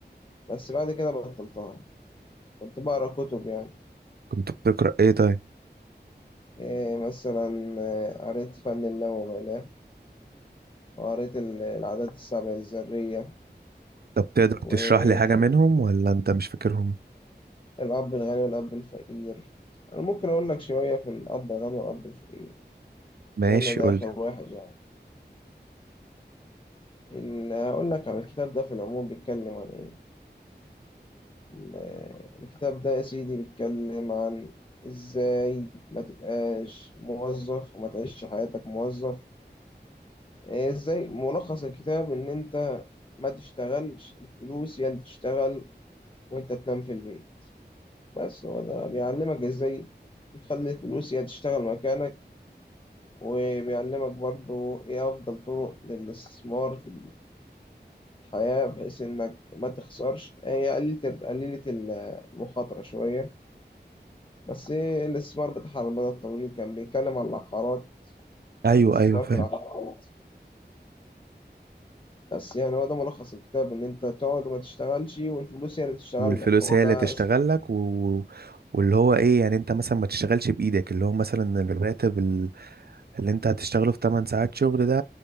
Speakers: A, on the left; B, on the right.
A: بس بعد كده بطلتها كنت بقرا كتب يعني
B: كنت بتقرأ ايه طيب
A: إيه مثلا آه، قريت فن اللامبالاة وقريت ال- العادات السبع الذرية
B: طب تقدر
A: والأب
B: تشرح لي حاجة منهم ولا انت مش فاكرهم
A: الغني والأب الفقير أنا ممكن أقول لك شوية في الأب الغني والأب الفقير
B: ماشي
A: لأن ده
B: قولي
A: آخر واحد يعني ال- هقول لك على الكتاب ده في العموم بيتكلم عن إيه ال- الكتاب ده يا سيدي بيتكلم عن ازاي ما تبقاش موظف وما تعيش حياتك موظف إيه ازاي ملخص الكتاب ان انت ما تشتغلش الفلوس هي اللي تشتغل وانت تنام في البيت بس هو ده بيعلمك ازاي تخلي الفلوس هي تشتغل مكانك وبيعلمك برضو ايه افضل طرق للاستثمار في الحياة بحيث انك ما تخسرش هي قليلة قليلة المخاطرة شوية بس إيه الاستثمار بتاعها على المدى الطويل كان بيتكلم عن العقارات
B: ايوه
A: عن الاستثمار
B: ايوه فاهم
A: في العقارات بس يعني هو ده ملخص الكتاب إن أنت تقعد وما تشتغلش والفلوس هي اللي تشتغل
B: والفلوس
A: لك هو
B: هي
A: ده
B: اللي تشتغل
A: اسم
B: لك و... واللي هو ايه يعني انت مثلا ما تشتغلش بايدك اللي هو مثلا الراتب ال- اللي انت هتشتغله في 8 ساعات شغل ده